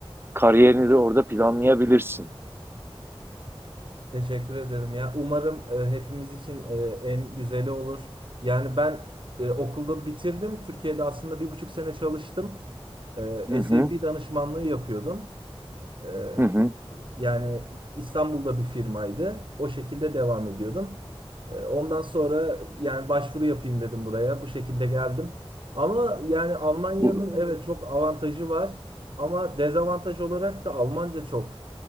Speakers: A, on the right; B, on the right.
A: kariyerini de orada planlayabilirsin.
B: Teşekkür ederim ya. Umarım e, hepimiz için e, en güzeli olur. Yani ben e, okulda bitirdim. Türkiye'de aslında bir buçuk sene çalıştım. E,
A: Hı hı,
B: SAP danışmanlığı yapıyordum. E,
A: hı hı.
B: yani İstanbul'da bir firmaydı. O şekilde devam ediyordum. E, Ondan sonra yani başvuru yapayım dedim buraya. Bu şekilde geldim. Ama yani Almanya'nın
A: Bu
B: evet çok avantajı var. Ama dezavantaj olarak da Almanca çok